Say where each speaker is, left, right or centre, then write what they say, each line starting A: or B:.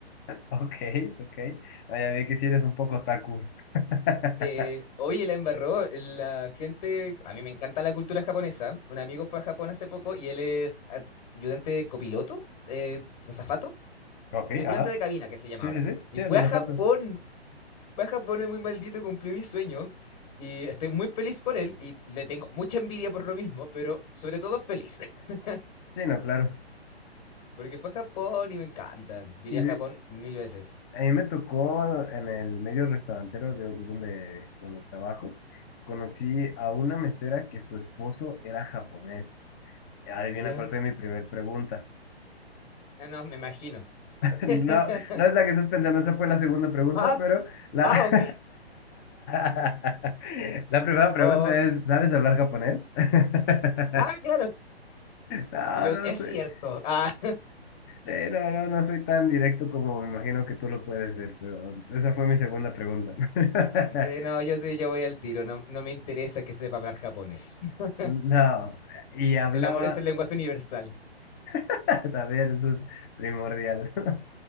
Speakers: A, on the left (about 20°); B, on the left (about 35°).
A: Ok, ok, ah, ya vi que sí eres un poco taku. <laughs>
B: sí. Oye, la embarró. La gente. A mí me encanta la cultura japonesa. Un amigo fue a Japón hace poco y él es ayudante copiloto, eh, azafato,
A: Ok,
B: tripulante
A: ajá,
B: de cabina, que se llama
A: sí,
B: ahora.
A: sí, sí,
B: Y
A: sí,
B: fue
A: los
B: a
A: zapatos,
B: Japón. Fue a Japón el muy maldito, cumplió mi sueño y estoy muy feliz por él y le tengo mucha envidia por lo mismo, pero sobre todo feliz, <laughs>
A: sí, no, claro.
B: porque fue a Japón y me encanta. Yo iría
A: Sí.
B: a Japón mil veces.
A: A mí me tocó en el medio restaurantero de donde, donde trabajo, conocí a una mesera que su esposo era japonés. Adivina
B: Ya.
A: cuál fue mi primer pregunta.
B: No, no, me imagino.
A: <laughs> No,
B: <laughs>
A: no es la que estás pensando, esa fue la segunda pregunta,
B: Ah,
A: pero la,
B: ah, ok.
A: <laughs> la primera pregunta
B: Oh,
A: es, ¿sabes hablar japonés? <laughs>
B: ah, claro.
A: No,
B: Y lo,
A: no
B: es
A: sé.
B: cierto.
A: <laughs>
B: Ah,
A: Eh, no, no, no soy tan directo como me imagino que tú lo puedes ser, pero esa fue mi segunda pregunta. <laughs>
B: <laughs> sí, no, yo sí, yo voy al tiro. No, no me interesa que sepa hablar japonés. <laughs>
A: No, y hablaba,
B: El amor es el lenguaje universal.
A: <laughs> también esto es primordial, <laughs>